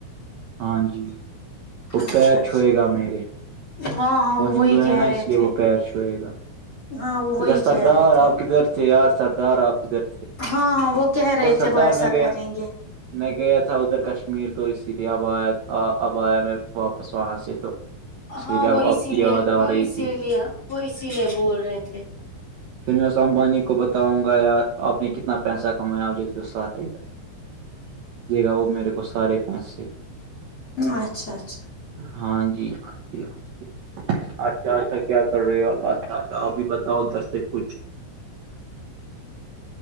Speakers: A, on the right (about 80°); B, on the left (about 35°).
A: ہاں جی وہ
B: اچھا
A: پیر
B: اچھا
A: چھوئے گا میرے
B: ہاں ہاں وہ
A: ہندو
B: وہی
A: ہے
B: کہہ
A: نا
B: رہے
A: اس لیے
B: تھے
A: وہ پیر چھوئے گا
B: ہاں وہ
A: تو
B: وہی
A: سردار
B: کہہ رہے تھے
A: آپ کدھر تھے یار سردار آپ کدھر تھے
B: ہاں ہاں وہ کہہ رہے
A: تو سردار
B: تھے وہ ایسا
A: میں گیا
B: کریں گے
A: میں گیا تھا ادھر کشمیر تو اسی لیے اب آیا اب آیا میں واپس وہاں سے تو اس
B: ہاں
A: لیے اب
B: وہ
A: آپ
B: اسی
A: کی
B: لیے
A: یاد
B: وہ
A: آ رہی
B: اسی
A: تھی
B: لیے وہ اسی لیے بول رہے تھے
A: پھر میں اس امبانی کو بتاؤں گا یار آپ نے کتنا پیسہ کمایا یہ دے دو سارا ادھر
B: <inaudible>
A: دے گا وہ میرے کو سارے پیسے
B: اچھا اچھا
A: ہاں جی ہاں جی ہاں جی اچھا اچھا کیا کر رہے ہو آپ اچھا اچھا اب بھی بتاؤ ادھر سے کچھ
B: <inaudible>